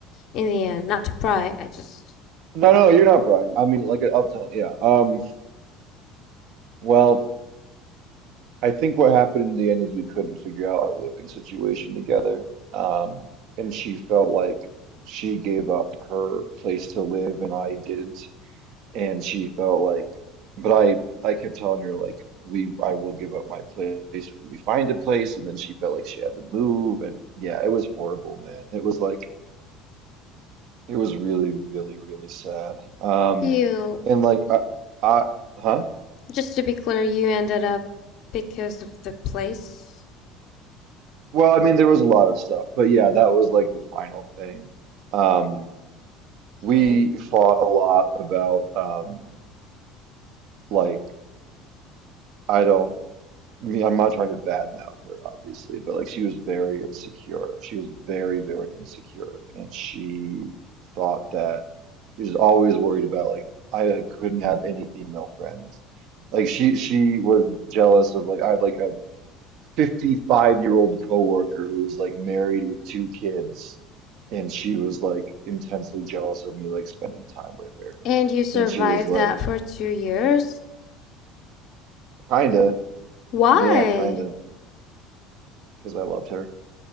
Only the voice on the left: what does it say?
in the end not to pry i just
you
just to be clear you ended up because of the place
okay
and you survived
that for two years
why